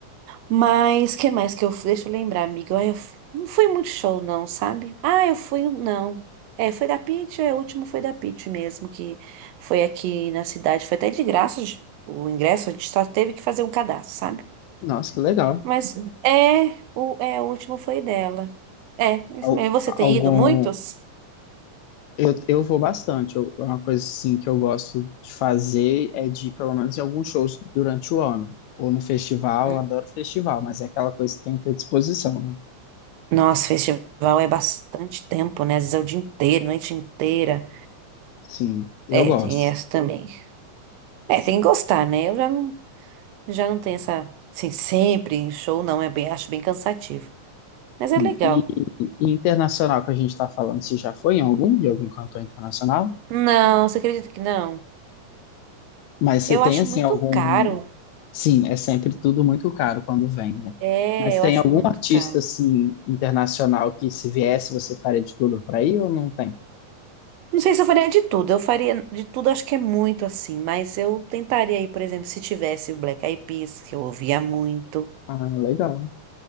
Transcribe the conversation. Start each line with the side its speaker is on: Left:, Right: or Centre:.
Right: Mas que mais que eu fui? Deixa eu lembrar, amiga. Ai, eu f- não foi muito show, não, sabe? Ah, eu fui. um, Não. É, foi da Pitty, é, o último foi da Pitty mesmo, que foi aqui na cidade. Foi até de graça de- o ingresso, a gente só teve que fazer um cadastro, sabe?
Left: Nossa, que legal.
Right: Mas é, o, é, o último foi dela. É, é isso
Left: Al-
Right: mesmo. Você
Left: Algum,
Right: tem ido muitos?
Left: Eu, eu vou bastante. Eu, é uma coisa assim que eu gosto de fazer é de ir, pelo menos, em alguns shows durante o ano. Ou no festival,
Right: Hum.
Left: eu adoro festival, mas é aquela coisa que tem que ter disposição, né?
Right: Nossa, festival é bastante tempo, né? Às vezes é o dia inteiro, noite inteira.
Left: Sim, eu
Right: É,
Left: gosto.
Right: tem essa também. É, tem que gostar, né? Eu já não. Já não tem essa. Sim, sempre em show não, é bem, acho bem cansativo. Mas é
Left: E,
Right: legal.
Left: e- e internacional que a gente está falando, se já foi em algum, de algum cantor internacional?
Right: Não, você acredita que não?
Left: Mas você
Right: Eu
Left: tem,
Right: acho
Left: assim,
Right: muito
Left: algum.
Right: caro.
Left: Sim, é sempre tudo muito caro quando vem, né?
Right: É,
Left: Mas
Right: eu
Left: tem
Right: acho
Left: algum
Right: muito
Left: artista,
Right: caro.
Left: assim, internacional que se viesse você faria de tudo para ir ou não tem?
Right: Não sei se eu faria de tudo. Eu faria de tudo, acho que é muito assim. Mas eu tentaria aí, por exemplo, se tivesse o Black Eyed Peas, que eu ouvia muito.
Left: Ah, legal.